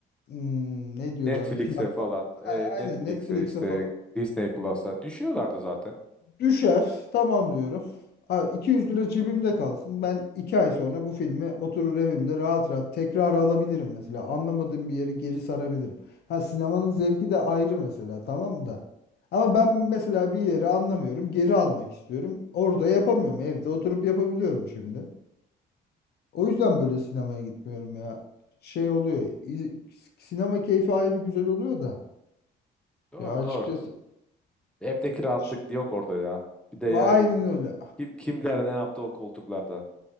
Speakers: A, on the left; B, in the centre.
A: hmm, ne diyorlardı?
B: Netflix'e
A: Platform.
B: falan,
A: A-
B: e,
A: Aynen
B: Netflix'e
A: Netflix'e
B: işte
A: falan.
B: Disney Plus'a düşüyorlardı zaten.
A: Düşer. Tamam diyorum. Ha, 200 lira cebimde kalsın. Ben 2 ay sonra bu filmi oturur evimde rahat rahat tekrar alabilirim mesela. Anlamadığım bir yeri geri sarabilirim. Ha sinemanın zevki de ayrı mesela tamam da. Ama ben mesela bir yeri anlamıyorum. Geri almak istiyorum. Orada yapamıyorum. Evde oturup yapabiliyorum şimdi. O yüzden böyle sinemaya gitmiyorum ya. Şey oluyor. iz- Sinema keyfi ayrı güzel oluyor da.
B: Doğru
A: Ya açıkçası
B: doğru. Evdeki rahatlık
A: ş-
B: yok orada ya. Bir de yani
A: aynen öyle.
B: kim kimler ne yaptı o koltuklarda.